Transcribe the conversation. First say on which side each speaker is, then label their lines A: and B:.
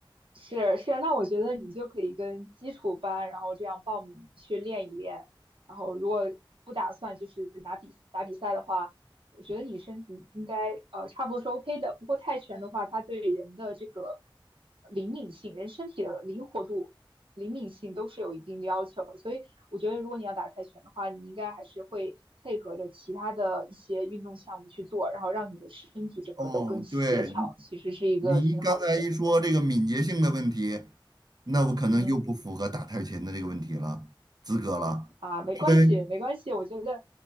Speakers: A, on the right; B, on the right.
A: 是是，那我觉得你就可以跟基础班，然后这样报名去练一练，然后如果不打算就是拿比打比赛的话。我觉得你身体应该呃差不多是 OK 的。不过泰拳的话，它对人的这个呃灵敏性、人身体的灵活度、灵敏性都是有一定的要求。所以我觉得，如果你要打泰拳的话，你应该还是会配合着其他的一些运动项目去做，然后让你的身体整个都更协调，
B: 哦，对，你
A: 其实是一个挺好的选择。
B: 你刚才一说这个敏捷性的问题，那我可能又不符合打太极拳的这个问题了，
A: 嗯。
B: 资格了，
A: 啊，没关系，
B: 因为。
A: 没关系。我觉得，